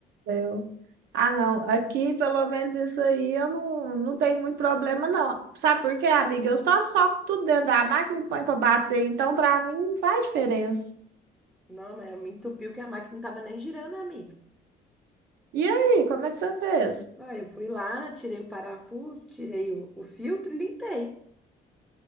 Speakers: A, on the right; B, in the centre.
A: do céu. Ah, não. Aqui, pelo menos isso aí, eu não, não tenho muito problema, não. Sabe por quê, amiga? Eu só soco tudo dentro da máquina e ponho pra bater. Então, pra mim, não faz diferença.
B: Não, mas me entupiu que a máquina não tava nem girando, amiga.
A: E aí, como é que você fez?
B: Ah, eu fui lá, tirei o parafuso, tirei o, o filtro e limpei,